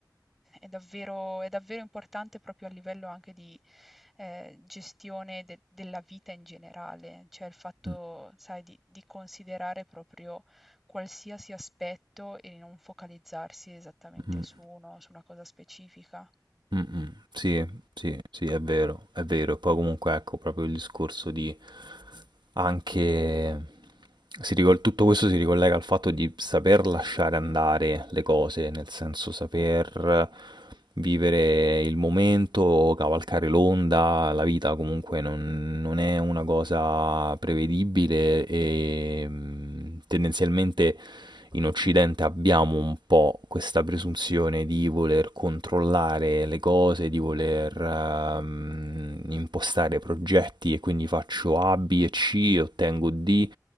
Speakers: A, in the centre; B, on the right (about 90°).
A: è davvero è davvero importante proprio a livello anche di, ehm, gestione de della vita in generale, cioè il fatto,
B: mm,
A: sai, di di considerare proprio qualsiasi aspetto e di non focalizzarsi esattamente
B: mm.
A: su uno su una cosa specifica.
B: Mm, mm. Sì, sì, sì, è vero, è vero. E poi comunque ecco proprio il discorso di anche... si ricol- tutto questo si ricollega al fatto di saper lasciare andare le cose, nel senso saper vivere il momento, cavalcare l'onda, la vita comunque non, non è una cosa prevedibile e mm, tendenzialmente in Occidente abbiamo un po' questa presunzione di voler controllare le cose, di voler ehm, impostare progetti e quindi faccio A, B e C, ottengo D